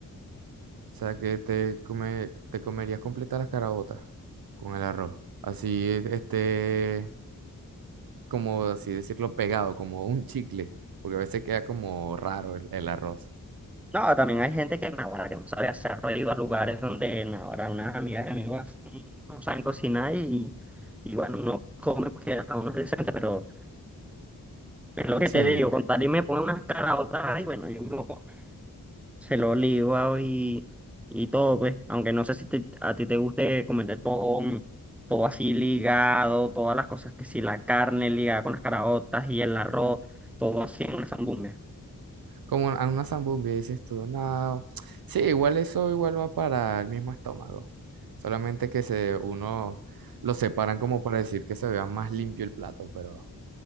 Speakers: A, on the right; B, in the centre.
A: sea, que te come, te comerías completas las carabotas con el arroz. Así, e- este, como así decirlo, pegado, como un chicle, porque a veces queda como raro el el arroz.
B: No, también hay gente que, naguará, que no sabe hacerlo, he ido a lugares donde naguará, unas amigas y amigos no saben cocinar y, y bueno, uno come porque a uno es decente, pero es lo que
A: Sí.
B: te digo, con tal y me pone unas caraotas, y bueno, yo me lo como. se lo liba y, y todo, pues. Aunque no sé si te- a ti te guste comer todo, mm, todo así ligado, todas las cosas que si la carne ligada con las caraotas y el arroz, todo así en una zambumbia.
A: Como a una zambumbia, dices tú, no. Sí, igual eso igual va para el mismo estómago. Solamente que se uno lo separan como para decir que se vea más limpio el plato, pero